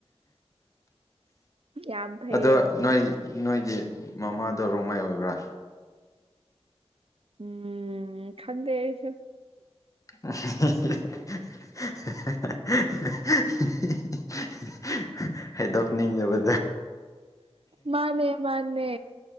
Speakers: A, on the right (about 60°); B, on the left (about 30°).
A: ꯌꯥꯝ ꯐꯩ
B: ꯑꯗꯣ
A: ꯌꯥꯝ ꯐꯩ
B: ꯅꯣꯏ ꯅꯣꯏꯒꯤ ꯃꯃꯥꯗꯣ ꯔꯣꯡꯃꯩ ꯑꯣꯏꯕ꯭ꯔꯥ
A: ꯎꯝ ꯈꯪꯗꯦ ꯑꯩꯁꯨ
B: <unintelligible> ꯍꯥꯏꯗꯣꯛꯅꯤꯡꯗꯕꯣ
A: ꯃꯥꯅꯦ ꯃꯥꯅꯦ